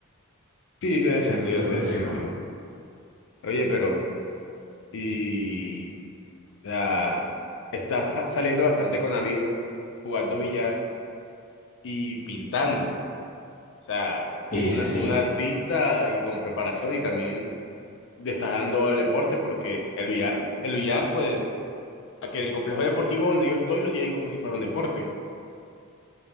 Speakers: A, on the left; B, on the left.
A: Sí, tiene sentido,
B: Eso es lo complejo.
A: tiene sentido. Oye, pero, y, o sea, estás ja- saliendo bastante con amigos, jugando billar y pintando. O sea,
B: Sí,
A: una,
B: sí, sí.
A: un artista y con preparación y también le está dando al deporte porque el billar, el billar, pues, aquí en el complejo deportivo donde yo estoy lo tienen como si fuera un deporte.